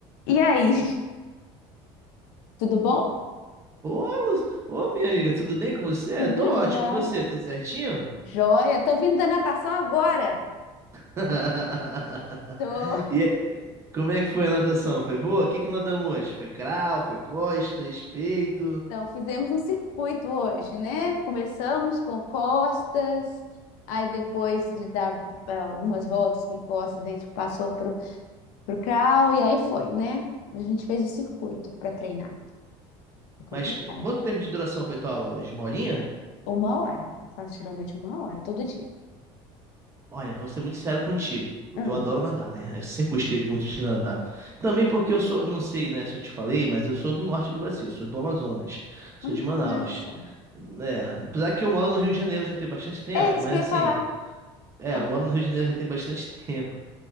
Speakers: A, on the left; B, on the right.
A: E aí? <laughs> Tudo bom?
B: Ô, Lu- ô, minha amiga, tudo bem com você?
A: Tudo
B: Eu tô ótimo.
A: jóia.
B: E você, tudo certinho?
A: Jóia. Tô vindo da natação agora.
B: <laughs>
A: Tô...
B: E é- como é que foi a natação? Foi boa? O que que nadamos hoje? Foi crawl, foi costas, peito?
A: Então, fizemos um circuito hoje, né? Começamos com costas, aí depois de dar eh, algumas voltas com costas, a gente passou pro, pro crawl e aí foi, né? A gente fez o circuito para treinar. É complicado.
B: Mas qu- quanto tempo de duração foi tua aula hoje? Uma horinha?
A: Uma hora. Eu faço geralmente uma hora, todo dia.
B: Olha, vou ser muito sério contigo.
A: Hum.
B: Eu adoro nadar, né? Eu sempre gostei muito de nadar. Também porque eu sou, não sei, né, se eu te falei, mas eu sou do norte do Brasil, sou do Amazonas, sou
A: Hum,
B: de Manaus.
A: que massa.
B: É, apesar que eu moro no Rio de Janeiro já tem bastante tempo,
A: É isso
B: mas
A: que eu
B: assim,
A: ia falar.
B: É,
A: Ó,
B: eu moro no Rio de Janeiro já tem bastante <laughs> tempo.